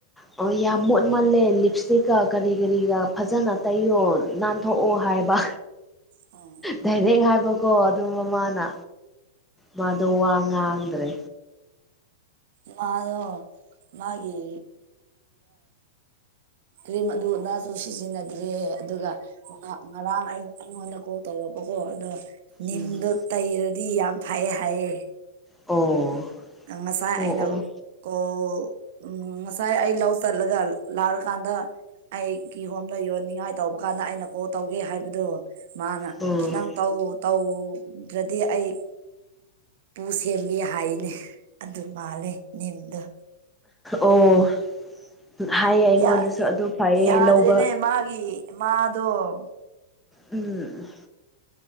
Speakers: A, in the centre; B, on the right (about 50°).
A: ꯑꯣ ꯌꯥꯝ ꯃꯣꯠꯃꯜꯂꯦ ꯂꯤꯞ ꯏꯁꯇꯤꯛꯀ ꯀꯔꯤ ꯀꯔꯤꯒ ꯐꯖꯅ ꯇꯩꯌꯣ ꯅꯥꯟꯊꯣꯛꯑꯣ ꯍꯥꯏꯕ
B: ꯎꯝ
A: ꯗꯥꯏꯔꯦꯛ ꯍꯥꯏꯕꯀꯣ ꯑꯗꯨ ꯃꯃꯥꯅ ꯃꯥꯗꯣ ꯋꯥ ꯉꯥꯡꯗ꯭ꯔꯦ
B: ꯃꯥꯗꯣ ꯃꯥꯒꯤ ꯀ꯭ꯔꯤꯝ ꯑꯗꯨ ꯑꯗꯥꯁꯨ ꯁꯤꯖꯤꯟꯅꯗ꯭ꯔꯦ ꯑꯗꯨꯒ ꯉꯔꯥꯡ ꯑꯩ ꯑꯩꯉꯣꯟꯗ ꯀꯣꯜ ꯇꯧꯔꯛꯄꯀꯣ ꯑꯗꯣ ꯅꯤꯝꯗꯣ
A: ꯎꯝ
B: ꯇꯩꯔꯗꯤ ꯌꯥꯝ ꯐꯩꯌꯦ ꯍꯥꯏꯌꯦ
A: ꯑꯣ
B: ꯅꯪ ꯉꯁꯥꯏ
A: ꯑꯣ
B: ꯑꯩꯅ
A: ꯑꯣ
B: ꯀꯣꯜ ꯎꯝ ꯉꯁꯥꯏ ꯑꯩ ꯂꯧ ꯆꯠꯂꯒ ꯂꯥꯛꯂ ꯀꯥꯟꯗ ꯑꯩ ꯀꯤꯍꯣꯝꯗ ꯌꯣꯟꯅꯤꯡꯉꯥꯏ ꯇꯧꯕ ꯀꯥꯟꯗ ꯑꯩꯅ ꯀꯣ ꯇꯧꯒꯦ ꯍꯥꯏꯕꯗꯣ ꯃꯥꯅ
A: ꯎꯝ
B: ꯅꯪ ꯇꯧ ꯇꯧ ꯇꯧꯗ꯭ꯔꯗꯤ ꯑꯩ ꯄꯨ ꯁꯦꯝꯒꯦ ꯍꯥꯏꯅꯦ ꯑꯗꯨ ꯃꯥꯂꯦ ꯝꯗ
A: ꯑꯣ ꯍꯥꯏꯌꯦ ꯑꯩꯉꯣꯟꯗꯁꯨ
B: ꯌꯥ
A: ꯑꯗꯨ ꯐꯩꯌꯦ
B: ꯌꯥꯗ꯭ꯔꯦꯅꯦ
A: ꯂꯧꯕ
B: ꯃꯥꯒꯤ ꯃꯥꯗꯣ
A: ꯎꯝ